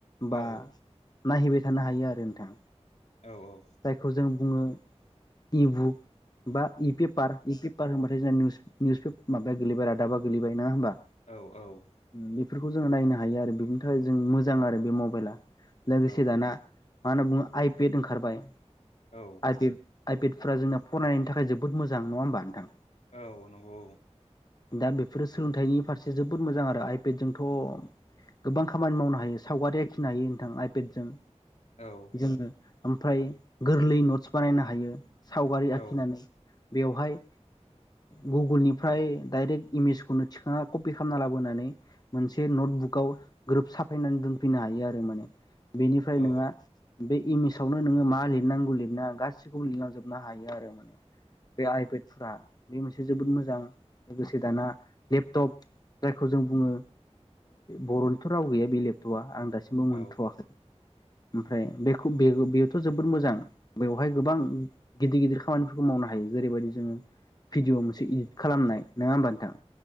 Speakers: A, on the left (about 35°); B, on the left (about 75°).
A: बा
B: औ
A: नायहैबाय थानो हायो आरो नोंथांा
B: औ औ
A: जायखौ जों बुङो इबुक बा इ पेपार इ बार होनबाथाय जोंना निउस माबाया गेलेबाय रादाबा गेलेबाय नङा होमबा
B: औ औ
A: बेफोरखौ जो नायनो हायो आरो बेनि थाखाय जों मोजां आरो बे मबाइला लोगोसे
B: औ
A: दाना मा होनना बुङो आइपेड ओंखारबाय
B: औ
A: आइे आइभेटफ्रा जोंना फरायनायनि थाखाय जोबोद मोां नङा होमब नोंथां
B: औ नंगौ
A: दा बेफोरो सोलोंथाइनि फारसे जोबोद मोजां आरो आइपेडजोंोंथ' गोबां खामानि मावनो हायो सावगारि आखिनो हायो नोंथां आइपेडजों
B: औ
A: जोङो ओमफ्राय गोरलै नट्स बानायनो हायो सावगारि
B: औ
A: आखिनानै बेवहाय गुगोलनिफ्राय डाइरेक्ट इमेजखौनो थिखांना कपि खालामना लाबोनानै मोनसे नटबुकाव ग्रोब साफायनानै दोनफैनो हायो आरो माने बेनिफ्राय
B: औ
A: नोङहा बे इमेजावनो नोङो मा लिर लिरनांगौ लिरना गासिखौबो लिरलांजोबनो हायो आरो माने बे आइेट फुरा बे मोनसे जोबोद मोजां लोगोसे दाना लेपटप जायखौ जों बुङो बर'निथ' राव गैया बे लेपटपा आं दासिम बेबो मोनथ'वाखै
B: औ
A: ओमफ्राय बेखौ बे बेथ' जोबोद मोजां। बेवहाय गोबां गिदिर गिदिर खामानिफोरखौ मावनो हायो जेरैबायदि जोङो। भिडिअ मोनसे इदित खालामनाय नङा होमबा नोंथां